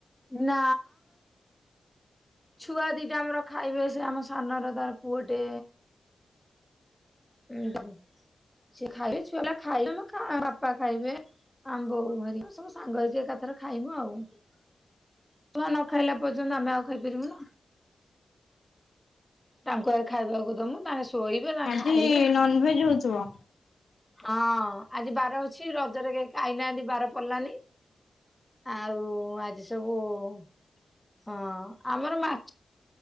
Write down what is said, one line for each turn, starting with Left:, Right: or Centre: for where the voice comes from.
Centre: ନା <inaudible> ଛୁଆ ଦିଟା ଆମର ଖାଇବେ ସେ ଆମ ସାନର ତାର ପୁଅଟେ ହଁ ସେ ଖାଇବେ ଛୁଆପିଲା ଖାଇବେ ଆମେ ବାପା ଖାଇବେ ଆମେ ବୋଉ ହେରିକା ସବୁ ସାଙ୍ଗ ହେଇକି ଏକାଥର ଖାଇବୁ ଆଉ ଛୁଆ ନ ଖାଇଲା ପର୍ଯ୍ୟନ୍ତ ଆମେ ଆଉ ଖାଇପାରିବୁ ନା ତାଙ୍କ ଆ ଖାଇବାକୁ ଦମୁ ତାଙ୍କେ ଶୋଇବେ ତାଙ୍କେ
Left: ଆଜି
Centre: ଖାଇବେ
Left: ନନଭେଜ ହଉଥିବ?
Centre: ହଁ ଆଜି ବାର ଅଛି ରବି ରଜରେ କେହି ଖାଇନାହାଁନ୍ତି ବାର ପଡ଼ିଲାନି । ଆଉ ଆଜି ସବୁ ହଁ । ଆମର ମାଛ